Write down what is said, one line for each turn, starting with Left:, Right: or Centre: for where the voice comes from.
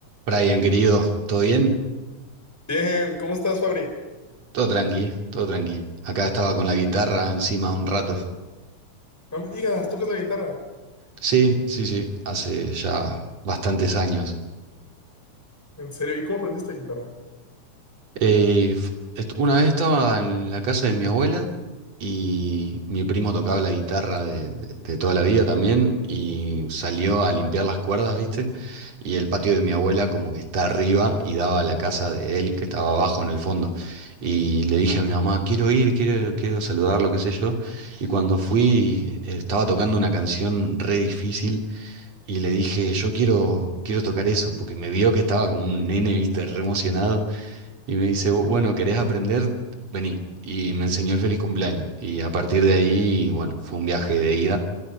Right: Brian, querido, ¿todo bien?
Centre: Bien, ¿cómo estás, Fabri?
Right: Todo tranqui, todo tranqui. Acá estaba con la guitarra encima un rato.
Centre: No me digas, ¿tú tocas la guitarra?
Right: Sí, sí, sí, hace ya bastantes años.
Centre: ¿En serio? ¿Y cómo aprendiste guitarra?
Right: Eh, f- est- una vez estaba en la casa de mi abuela y mi primo tocaba la guitarra de, de- de toda la vida también y salió a limpiar las cuerdas, ¿viste? Y el patio de mi abuela como que está arriba y daba a la casa de él que estaba abajo en el fondo. Y le dije a mi mamá, quiero ir, quiero, quiero saludarlo, qué sé yo. Y cuando fui eh, estaba tocando una canción re difícil y le dije, yo quiero, quiero tocar eso, porque me vio que estaba como un nene, ¿viste? Re emocionado. Y me dice, "Bu- bueno, ¿querés aprender? Vení. Y me enseñó el feliz cumpleaños. Y a partir de ahí, bueno, fue un viaje de ida.